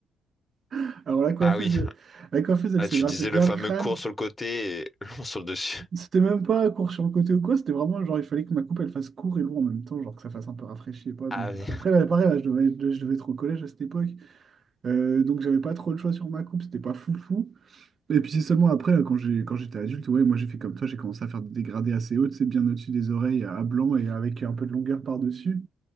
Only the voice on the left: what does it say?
Ah oui,
Ah,
tu
disais
le fameux
court sur le côté et <laughs> long sur le dessus.
Ah oui.